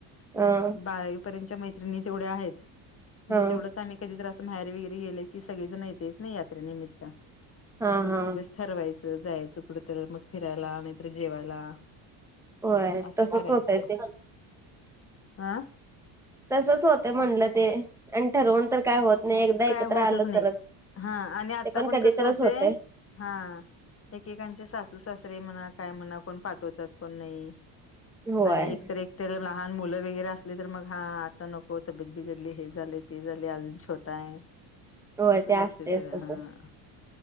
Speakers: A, in the centre; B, on the left (about 30°).
A: ह
B: बाळावीपर्यंतच्या मैत्रिणी तेवढ्या आहेत म्हणजे
A: ह
B: तेवढ आम्ही कधीतर असं माहेरी वगैरे गेले की सगळे जण येतच नाही यात्रेनिमित्त
A: हा हा
B: ठरवायचं जायचं कुठ तर मग फिरायला नाहीतर जेवायला.
A: होय
B: असं
A: तसच
B: करायचं
A: होतय ते
B: हं
A: तसच होते म्हणलं ते आणि ठरवून तर काय होत नाही एकदा
B: काय
A: एकत्र
B: होतच
A: आलं
B: नाही.
A: तरच ते
B: हा आणि आता
A: पण कधीतच
B: कसं होतंय
A: होते.
B: हा एकेकांचे सासू सासरे म्हणा काय म्हणा कोण पाठवतात कोण नाही.
A: होय
B: आणि एकत एक त्या लहान मुलं वगैरे असले तर मग हा आता नको तब्येत बिघडली हे झाले ते झाले अजून य
A: होय
B: असंच
A: ते असतेच
B: असते सगळं
A: तस
B: हा